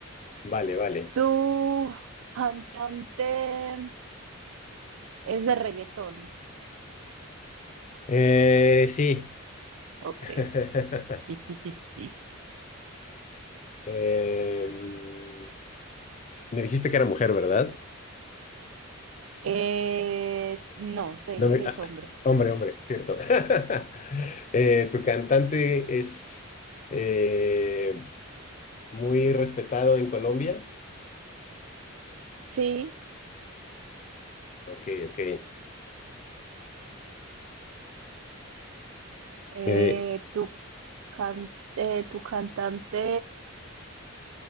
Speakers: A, on the left (about 35°); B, on the right (about 70°).
A: vale, vale.
B: ¿Tu cantante es de reggaetón?
A: Eh, sí.
B: Ok.
A: <laughs>
B: <laughs>
A: Em, me dijiste que era mujer, ¿verdad?
B: Eh, no, te dije
A: No me-
B: que
A: ah,
B: es hombre.
A: hombre, hombre, cierto. <laughs> Eh, ¿tu cantante es eh, muy respetado en Colombia?
B: Sí,
A: Ok, ok.
B: eh,
A: Eh,
B: tu, can- eh, tu cantante